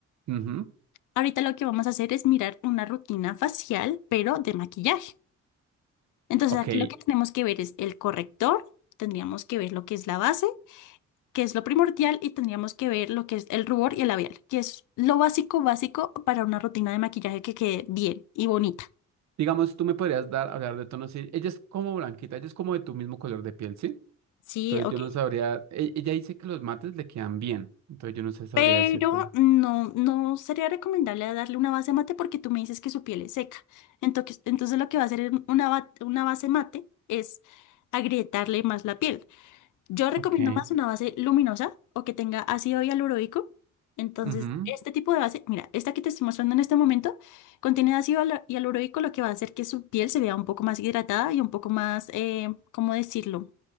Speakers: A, on the right (about 65°); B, on the left (about 80°).
A: Ujú,
B: Ahorita lo que vamos a hacer es mirar una rutina facial, pero de maquillaje. Entonces
A: Ok,
B: aquí lo que tenemos que ver es el corrector, tendríamos que ver lo que es la base, que es lo primordial, y tendríamos que ver lo que es el rubor y el labial, que es lo básico, básico para una rutina de maquillaje que quede bien y bonita.
A: digamos, tú me podrías dar, hablar de tonos, sí, ella es como blanquita, ella es como de tu mismo color de piel, ¿sí?
B: Sí,
A: Entonces
B: ok.
A: yo no sabría, e- ella dice que los mates le quedan bien, entonces yo no sé, sabría
B: Pero
A: decirte.
B: no, no sería recomendable darle una base mate porque tú me dices que su piel es seca. Entonces, entonces lo que va a hacer en una, ba- una base mate es agrietarle más la piel. Yo recomiendo
A: Ok.
B: más una base luminosa o que tenga ácido hialurónico. Entonces,
A: Ujú.
B: este tipo de base, mira, esta que te estoy mostrando en este momento, contiene ácido hialu- hialurónico, lo que va a hacer que su piel se vea un poco más hidratada y un poco más, eh, ¿cómo decirlo?